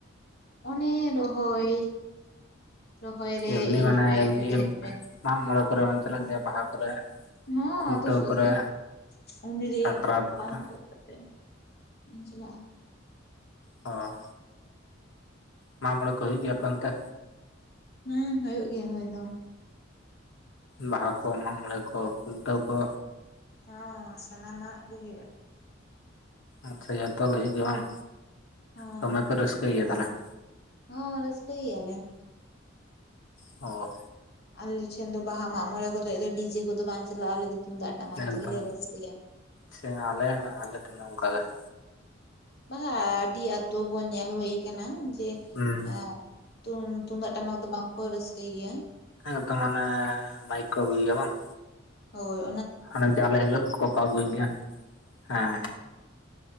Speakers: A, on the left; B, on the left.
A: ᱚᱱᱮ ᱨᱚᱦᱚᱭ ᱨᱚᱦᱚᱭ ᱨᱮ
B: ᱮᱢᱱᱤ
A: ᱤᱨ
B: ᱢᱟᱱᱮ
A: ᱨᱮ
B: ᱮᱢᱱᱤ
A: ᱦᱮᱲᱦᱮᱫ ᱨᱮ
B: ᱢᱟᱜ ᱢᱚᱬᱮ ᱠᱚᱨᱮ ᱵᱟᱝ ᱪᱟᱞᱜ ᱜᱮᱭᱟ ᱵᱟᱦᱟ ᱠᱚᱨᱮ
A: ᱦᱚᱸ
B: ᱠᱷᱩᱱᱴᱟᱹᱣ
A: ᱟᱫᱚ <unintelligible>
B: ᱠᱚᱨᱮ
A: ᱩᱱ ᱡᱩᱫᱤ
B: ᱥᱟᱠᱨᱟᱛ
A: ᱮᱠᱡᱟᱢ ᱠᱚ ᱵᱟᱝ
B: ᱠᱚᱨᱮ
A: ᱦᱩᱭᱩᱜ <unintelligible> ᱪᱟᱞᱟᱜ-ᱟ
B: ᱦᱚᱸ ᱢᱟᱜ ᱢᱚᱬᱮ ᱠᱚ ᱦᱩᱭᱩᱜ ᱜᱮᱭᱟ ᱟᱯᱮ ᱚᱱᱛᱮ?
A: ᱦᱮᱸ ᱦᱩᱭᱩᱜ ᱜᱮᱭᱟ ᱦᱩᱭ ᱫᱚ ᱾
B: ᱵᱟᱦᱟ ᱠᱚ ᱢᱟᱜ ᱢᱚᱬᱮ ᱠᱚ ᱠᱷᱩᱱᱴᱟᱹᱣ ᱠᱚ
A: ᱦᱚᱸ ᱥᱟᱱᱟᱢᱟᱜ ᱜᱮ ᱦᱩᱭᱩᱜᱼᱟ ᱾
B: ᱟᱪᱪᱷᱟ ᱡᱚᱛᱚ ᱜᱮ ᱦᱩᱭᱩᱜ ᱜᱮᱭᱟ ᱵᱟᱝ
A: ᱦᱚᱸ
B: ᱫᱚᱢᱮ ᱯᱮ ᱨᱟᱹᱥᱠᱟᱹᱭ ᱜᱮᱭᱟ ᱛᱟᱦᱚᱞᱮ ᱾
A: ᱦᱚᱸ ᱨᱟᱹᱥᱠᱟᱹᱭ ᱜᱮᱭᱟ ᱞᱮ ᱾
B: ᱦᱚᱭ
A: ᱟᱞᱮ ᱴᱷᱮᱱ ᱫᱚ ᱵᱟᱦᱟ ᱢᱟᱜᱢᱚᱬᱮ ᱠᱚᱫᱚ ᱰᱤᱡᱮ ᱠᱚᱫᱚ ᱵᱟᱝ ᱪᱟᱞᱟᱜᱼᱟ ᱟᱞᱮ ᱫᱚ ᱛᱩᱢᱫᱟᱜ ᱴᱟᱢᱟᱠ
B: ᱮᱠᱫᱚᱢ
A: ᱛᱮᱜᱮᱞᱮ ᱨᱟᱹᱥᱠᱟᱹᱭᱟ
B: ᱥᱮ ᱟᱞᱮ ᱟᱞᱮ ᱴᱷᱮᱱ ᱫᱚ ᱚᱱᱠᱟᱜᱮ ᱾
A: ᱵᱟᱝᱟ ᱟᱹᱰᱤ ᱟᱛᱳ ᱵᱚ ᱧᱮᱞ ᱦᱩᱭ ᱠᱟᱱᱟ ᱾ ᱡᱮ
B: ᱦᱩᱸ
A: ᱮ ᱛᱩᱢ ᱛᱩᱢᱫᱟᱜ ᱴᱟᱢᱟᱠ ᱫᱚ ᱵᱟᱝᱠᱚ ᱨᱟᱹᱥᱠᱟᱹᱭ ᱜᱮᱭᱟ ᱾
B: ᱮᱠᱫᱚᱢ ᱢᱟᱱᱮ ᱢᱟᱭᱤᱠ ᱠᱚ ᱟᱹᱜᱩᱭ ᱜᱮᱭᱟ ᱵᱟᱝ?
A: ᱦᱚᱭ
B: ᱦᱟᱱᱮ ᱡᱤᱫᱤᱱ ᱦᱟᱱᱮ ᱦᱤᱞᱚᱜ ᱠᱚᱠᱚ ᱟᱹᱜᱩᱭᱮᱫ ᱜᱮᱭᱟ ᱦᱮᱸ